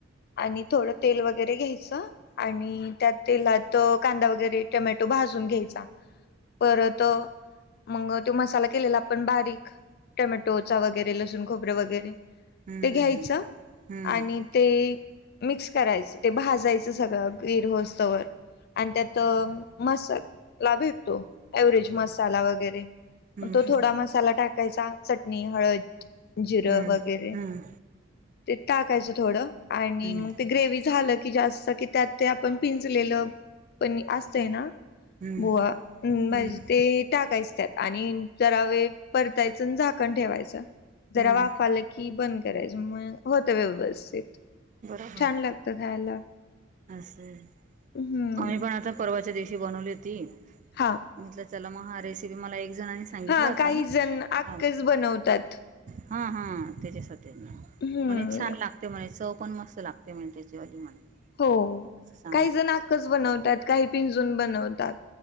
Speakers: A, on the left; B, on the right.
A: आणि थोडं तेल वगैरे घ्यायचं आणि त्या तेलात कांदा वगैरे टोमॅटो भाजून घ्यायचा परत मग तो मसाला केलेला आपण बारीक टोमॅटोचा वगैरे लसूण, खोबरे वगैरे
B: हम्म
A: ते घ्यायच
B: हम्म हम्म
A: आणि ते मिक्स करायचं ते भाजायचं सगळं गिरहोस्त व आणि त्यात मसाला भेटतो. एव्हरेस्ट
B: हम्म
A: मसाला वगैरे
B: हम्म
A: मग तो
B: हम्म हम्म
A: थोडा मसाला टाकायचा चटणी, हळद जिरं
B: हम्म
A: वगैरे ते टाकायचं थोडं आणि
B: हम्म
A: मग ते ग्रेव्ही झालं. कि जास्त कि त्यात ते आपण पिंजलेलं पण असतय ना?
B: हम्म
A: बुवा
B: हम्म
A: ते. टाकायच त्यात आणि जरा वेळ परतायचं झाकण ठेवायच जरा
B: हम्म
A: वाफाला. कि बंद करायचं म होतं व्यवस्थित
B: बरोबर
A: छान लागत खायला.
B: असं
A: हम्म
B: आम्ही पण आता परवाच्या दिवशी बनवली होती.
A: हां
B: म्हटलं चला मग हा रेसिपी मला एक जणांनी सांगितला
A: हा
B: होता
A: काही जण आखच
B: हा
A: बनवतात.
B: हा हा त्याच्यासाठी ना
A: हम्म
B: म्हण छान लागत. ते म्हणे चव पण मस्त लागते म्हण त्याच्या आधी म्हणे.
A: हो
B: असं सांगत
A: काही जण
B: होते
A: आकच बनवतात काही पिंजून बनवतात.